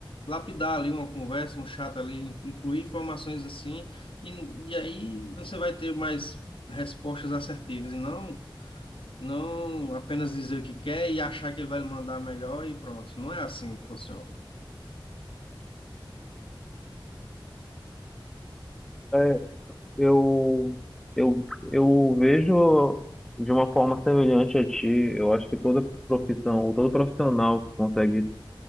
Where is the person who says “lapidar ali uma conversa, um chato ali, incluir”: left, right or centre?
Left